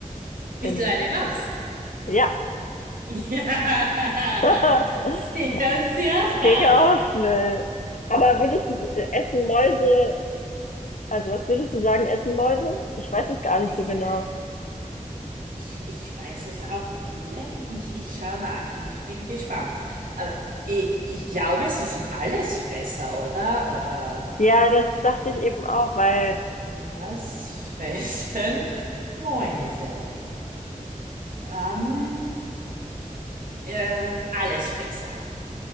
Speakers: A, on the right; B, on the left.
A: Bist
B: bin ich.
A: du eine Maus?
B: Ja.
A: <laughs> Ja,
B: <laughs>
A: sehr, sehr
B: Gegen
A: fein.
B: außen. ey. Aber würdest du äh, essen Mäuse, also was würdest du sagen, essen Mäuse? Ich weiß es gar nicht
A: Ja,
B: so genau.
A: ich, ich weiß es auch nicht. Ja, Ich, ich schaue nach. Ich bin gespannt. Aber ich, ich glaube, sie sind Allesfresser, oder? Oder
B: Ja, das dachte ich eben auch, weil,
A: was fressen Mäuse? Ähm, ähm, Allesfresser.